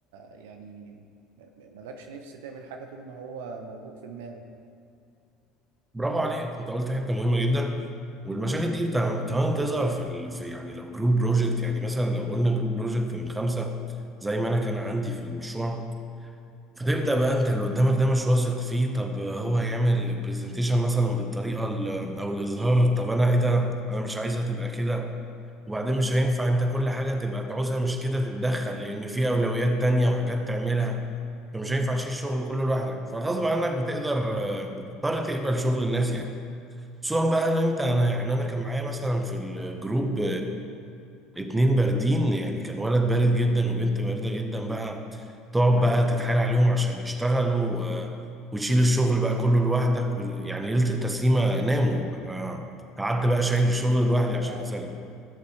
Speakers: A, on the right; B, on the right.
A: يعني م- م- مالكش نفس تعمل حاجة طول ما هو موجود في دماغك
B: برافو عليك انت قلت حتة مهمة جدا والمشاكل دي بتع- كمان تظهر في ال... في يعني لو جروب بروجكت يعني مثلا لو قلنا جروب بروجكت من خمسة زي ما انا كان عندي في المشروع فتبدأ بقى انت اللي قدامك ده مش واثق فيه طب هو هيعمل برزنتيشن مثلا بالطريقة ال- او الاظهار طب انا ايه ده انا مش عايزها تبقى كده وبعدين مش هينفع انت كل حاجة تبقى تعوزها مش كده تتدخل لان في اولويات تانية وحاجات تعملها فمش هينفع تشيل الشغل كله لوحدك فغصب عنك بتقدر بتضطر تقبل شغل الناس يعني خصوصا بقى ان انت انا يعني انا كان معايا مثلا في الجروب اتنين باردين يعني كان ولد بارد جدا وبنت باردة جدا بقى تقعد بقى تتحايل عليهم عشان يشتغلوا آه، وتشيل الشغل بقى كله لوحدك و- يعني ليلة التسليمة ناموا انا قعدت بقى شايل الشغل لوحدي
A: يا
B: عشان اسلم